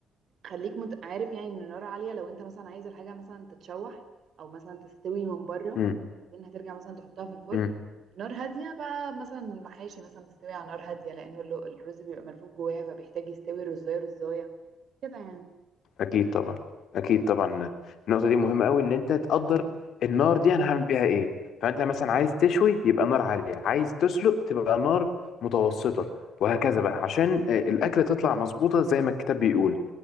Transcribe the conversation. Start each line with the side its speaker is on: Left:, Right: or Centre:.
Right: خليك مت... عارف يعني ان النار عاليه لو انت مثلا عايز الحاجه مثلا تتشوح او مثلا تستوي من بره
Left: امم
Right: بعدين هترجع مثلا تحطها في الفرن
Left: امم
Right: نار هاديه بقى مثلا المحاشي مثلا بتستوي على نار هاديه لانه اللو- الرز بيبقى ملفوف جواها فبيحتاج يستوي رزايه رزايه كده يعني
Left: اكيد طبعا اكيد طبعا النقطه دي مهمه قوي ان انت تقدر النار دي انا هعمل بيها ايه فانت مثلا عايز تشوي يبقى نار عاليه عايز تسلق تبقى نار متوسطه وهكذا بقى عشان آه، الاكله تطلع مظبوطه زي ما الكتاب بيقول